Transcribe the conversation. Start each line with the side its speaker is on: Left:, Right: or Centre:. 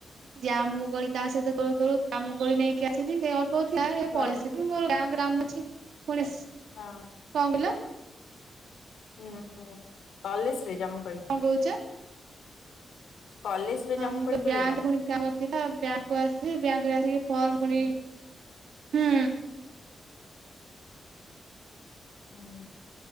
Right: ଯାହା ମୁଁ କଲି ତା ସହିତ ତୋଳୁ ତୋଳୁ ଜାମୁକୋଳି ନେଇକି ଆସିଲି ସେ ଅଳ୍ପ ଥିଲା ହେ
Left: ହଁ
Right: ପଳି ଆସିଲି ମୋର ବ୍ୟାଙ୍କ୍ କାମ ଅଛି। ଫୁଣିସ
Left: ହଁ
Right: କଣ କିଲୋ?
Left: ହୁଁ, ହୁଁ କଲେଜରେ ଜାମୁ
Right: କଣ କହୁଛ?
Left: କଲେଜରେ
Right: ହଁ,
Left: ଜାମୁକୋଳି
Right: ମୁଁ
Left: ତୋଳିଲ
Right: ବ୍ୟାଙ୍କ ପୁଣି କାମ ଥିଲା ବ୍ୟାଙ୍କକୁ ଆସି ବ୍ୟାଙ୍କ <unintelligible> ଫର୍ମ ପୁଣି ହୁଁ
Left: ହୁଁ।